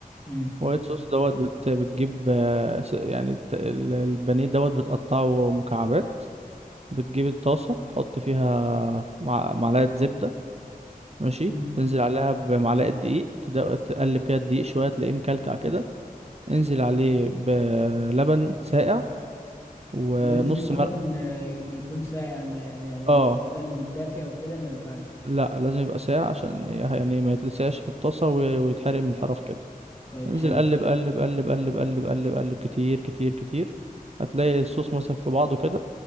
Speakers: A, on the left; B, on the right.
A: امم
B: وايت صوص دوت بت... بتجيب آه، س- يعني الت- ال- البانيه دوت بتقطعه مكعبات بتجيب الطاسة تحط فيها مع... معلقة زبدة ماشي
A: مم.
B: تنزل عليها بمعلقة دقيق تد- تقلب كده الدقيق شوية تلاقيه مكلكع كده انزل عليه بلبن ساقع ونص
A: لازم
B: مرق
A: اللبن آه، ي- يكون ساقع ما يعني
B: اه
A: لو اللبن متدافي أو كده ما ينفعش
B: لا لازم يبقى ساقع عشان يعني ما يتلسعش في الطاسة و... ويتحرق من الحرف كده
A: طيب
B: انزل
A: حلو
B: قلب قلب قلب قلب قلب قلب قلب كتير كتير كتير هتلاقي الصوص مسك في بعضه كده